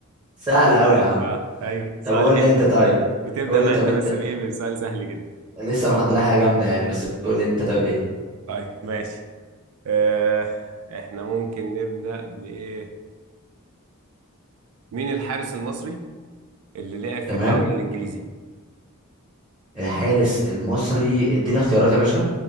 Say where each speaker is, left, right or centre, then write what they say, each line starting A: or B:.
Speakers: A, on the right; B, on the right.
A: سهله قوي
B: <laughs>
A: يا عم
B: اه ايوه سؤال
A: طب قول
B: حلو
A: لي انت طيب
B: ده. بتبدأ
A: قول
B: معايا
A: لي طب
B: انت
A: انت
B: بس بايه بسؤال سهل جدا
A: لسه محضر لها حاجه جامده يعني بس
B: آه.
A: قول لي انت طيب ايه
B: طيب ماشي آه احنا ممكن نبدأ بإيه مين الحارس المصري اللي لعب في
A: تمام
B: الدوري الإنجليزي؟
A: الحارس المصري اديني
B: اه
A: اختيارات يا باشا